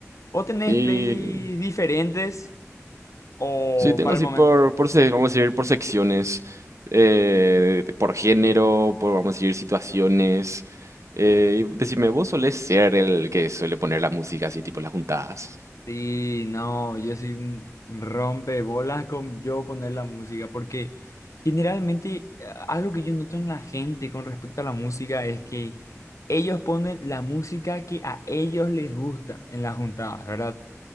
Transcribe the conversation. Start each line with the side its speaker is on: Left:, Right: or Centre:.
Left: ¿Vos tenés
Right: Y
Left: playlists diferentes? O
Right: sí, tengo
Left: para
Right: así
Left: el momento.
Right: por, por, se- vamos a decir, por secciones, eh, por género, por, vamos a decir, situaciones. Eh, y decime, ¿vos solés ser el que suele poner la música así, tipo, en las juntadas?
Left: Sí, no, yo soy un rompebolas con yo poner la música, porque generalmente eh, algo que yo noto en la gente con respecto a la música es que ellos ponen la música que a ellos les gusta en las juntadas, ¿verdad?